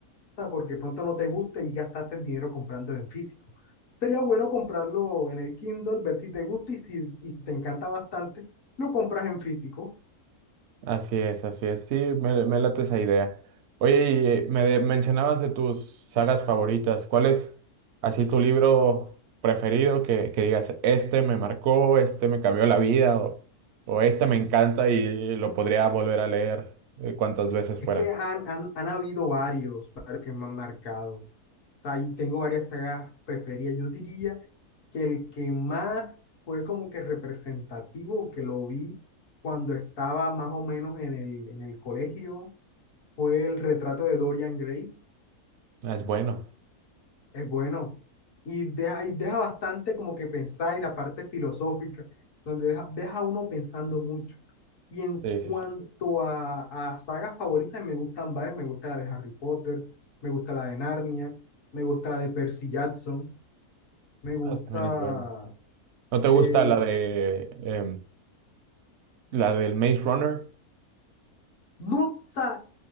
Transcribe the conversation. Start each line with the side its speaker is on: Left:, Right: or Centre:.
Left: porque pronto no te gusta y gastaste el dinero comprando en físico. Sería bueno comprarlo en el Kindle, ver si te gusta y si, y si te encanta bastante, lo compras en físico.
Right: así es, así es. Sí, me, me late esa idea. Oye, y me de- mencionabas de tus sagas favoritas. ¿Cuál es así tu libro preferido que, que digas, este me marcó, este me cambió la vida o, o este me encanta y lo podría volver a leer eh, cuantas veces
Left: Es
Right: fuera?
Left: que han, han, han habido varios, varios que me han marcado. O sea, y tengo varias sagas preferidas. Yo diría que el que más fue como que representativo, que lo vi cuando estaba más o menos en el, en el colegio, fue el retrato de Dorian Gray.
Right: Ah, Es bueno.
Left: Es bueno. Y deja, y deja bastante como que pensar y la parte filosófica, donde deja, deja a uno pensando mucho. Y en
Right: Sí,
Left: cuanto
Right: sí, sí.
Left: a, a sagas favoritas, me gustan varias. Me gusta la de Harry Potter, me gusta la de Narnia, me gusta la de Percy Jackson, me gusta...
Right: Ah, también es bueno. ¿No te
Left: eh,
Right: gusta la de em, la del Maze Runner?
Left: no, o sea,